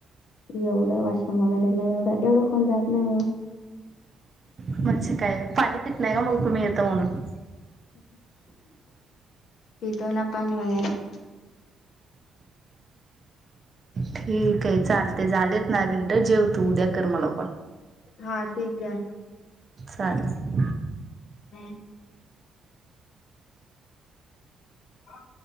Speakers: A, on the left (about 70°); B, on the right (about 40°).
A: एवढं वांशरूमला वगैरेंला. एवढं एवढं कोणं जातं नाहीं हो.
B: म्हणजे कायं पाणी पित नाहीय ओ मगं तुम्हीं? येतं म्हणून.
A: पितो नां पाणी वगैरें.
B: ठीके. चालतें झालेत नां दहा मिनिटं. जेव तू उद्या कर मला कॉल.
A: हां ठीके.
B: चालेल.
A: हम्मं. हं.